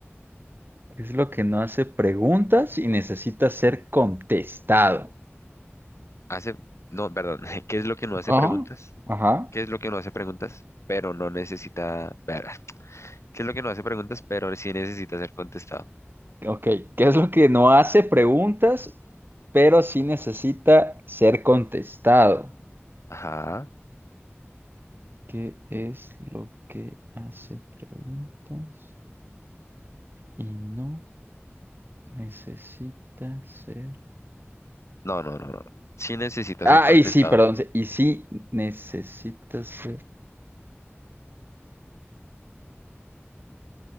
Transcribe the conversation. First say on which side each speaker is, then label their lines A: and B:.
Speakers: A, on the right; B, on the left.
A: ¿Qué es lo que no hace preguntas y necesita ser contestado?
B: Hace, no, perdón, <laughs> ¿qué es lo que no hace
A: Ajá.
B: preguntas?
A: Ajá.
B: ¿Qué es lo que no hace preguntas, pero no necesita, ver, ¿qué es lo que no hace preguntas, pero sí necesita ser contestado?
A: Ok. ¿Qué es lo que no hace preguntas, pero sí necesita ser contestado?
B: Ajá.
A: ¿Qué es lo que hace preguntas y no necesita ser...
B: No, no, no, no. no. Sí necesita
A: Ah,
B: ser contestado.
A: y sí, perdón. sí, Y sí necesita ser.